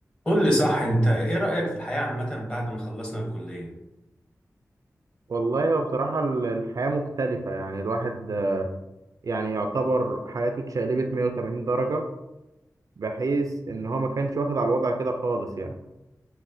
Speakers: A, on the left (about 15°); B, on the right (about 65°).
A: قول لي صح انت ايه رأيك في الحياة عامة بعد ما خلصنا الكلية
B: والله هو بصراحة ال- الحياة مختلفة يعني الواحد آه، يعني يعتبر حياته اتشقلبت 180 درجة بحيث إن هو ما كانش واخد على الوضع كده خالص يعني